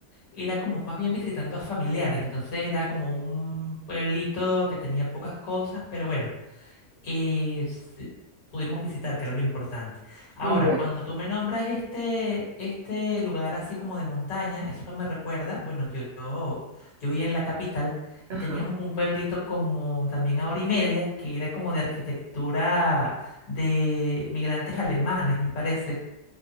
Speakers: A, on the left; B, on the right.
A: era como más bien visitando a familiares. Entonces era como un pueblito que tenía pocas cosas, pero bueno. eh, se- pudimos visitar, que era lo importante. Ahora,
B: Ujú, Bueno,
A: cuando tú me nombras este, este lugar así como de montaña, eso me recuerda, bueno, yo, yo, yo vivía en la capital y
B: ajá,
A: teníamos un pueblito como también a hora y media, que era como de arquitectura de migrantes alemanes, me parece.